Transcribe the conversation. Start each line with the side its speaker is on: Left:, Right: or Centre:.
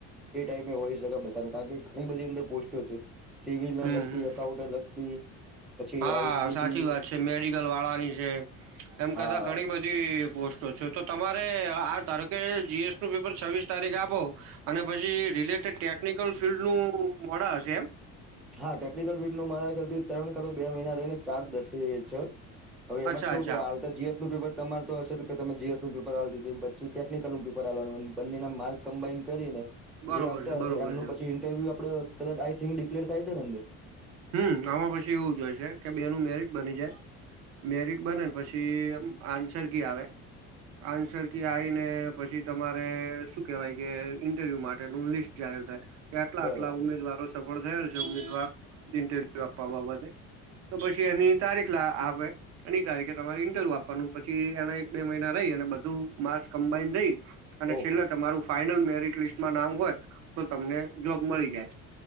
Centre: એ ટાઈમે એ હોય શકે બધાનું કારણ કે ઘણી બધી અંદર પોસ્ટો છે. સિવિલને
Right: હમ
Centre: લગતી
Right: હમ
Centre: એકાઉન્ટને લગતી પછી
Right: હા
Centre: આઈસીટી
Right: સાચી વાત છે મેડિકલ વાળાની છે એમ
Centre: હા
Right: કરતા ઘણી બધી પોસ્ટો છે, તો તમારે આ ધારોકે જીએસ નું પેપર છવ્વીસ તારીખ આપો અને પછી રિલેટેડ ટેકનિકલ ફિલ્ડ નુ મોડા હશે એમ
Centre: હા ટેકનિકલ ફિલ્ડ ન મારા ખ્યાલથી ત્રણ કાટો તો બે મહિના રહી ને ચાર દસે છે. હવે એમાં
Right: અચ્છા
Centre: કેવું
Right: અચ્છા
Centre: કે જીસનું પેપર તમારે તો હશે તો કે તમે જીએસનું પેપર આપી દીધુ, પછી ટેકનિકલનું પેપર આપવાનું અને પછી બંનેના માર્ક્સ કમ્બાઈન કરીને
Right: બરોબર
Centre: જે આવતા
Right: છે બરોબર
Centre: હશે એમનું
Right: છે
Centre: પછી ઇન્ટરવ્યુ આપડે કદાચ આઈ થિન્ક ડિક્લેર થાય છેને, અંદર
Right: હા આમાં પછી એવુ, જશે કે બેનુ મેરિટ બની જાય મેરિટ બનેને પછી આન્સર કી આવે આન્સર કી આવીને પછી તમારે શું કહેવાય કે ઇન્ટરવ્યૂ માટેનુ લિસ્ટ જાહેર થાય કે આટલા
Centre: બરાબર
Right: આટલા ઉમેદવારો સફળ થયેલ છે, ઉમેદવાર ઇન્ટરવ્યુ આપવા બાબતે તો પછી એની તારીખ આપે એની તારીખે તમારે ઇન્ટરવ્યુ આપવાનું પછી એના એક બે મહિના રહી અને બધું માર્સ કમ્બાાઈન થઈ. અને
Centre: ઓહો
Right: છેલ્લે તમારું ફાઈનલ મેરીટ લિસ્ટમાં નામ હોય, તો તમને જોબ મળી જાય.